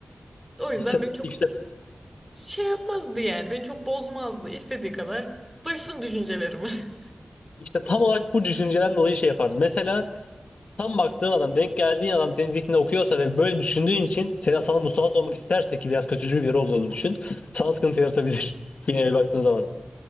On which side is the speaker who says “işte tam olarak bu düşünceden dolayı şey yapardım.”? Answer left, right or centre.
Left